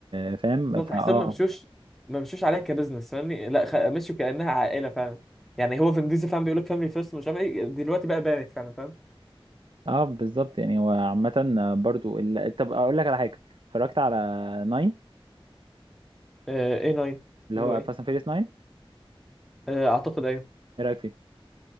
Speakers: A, on the right; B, in the centre.
A: آه فاهم
B: بالظبط
A: فاه
B: تحسهم
A: اه
B: ما مشوش ما مشوش عليها كبزنس فاهمني لا خ... مشوا كأنها عائلة فعلا يعني هو فين ديزل فاهم بيقول لك فاميلي فيرست مش عارف ايه دلوقتي بقى بانت فعلا فاهم
A: اه بالظبط يعني هو عامة آه، برضو ال... طب اقول لك على حاجة اتفرجت على ناين
B: اي 9
A: اللي
B: اللي
A: هو
B: هو ايه
A: فاست اند فيريس ناين
B: آه، اعتقد ايوه
A: ايه رأيك فيه؟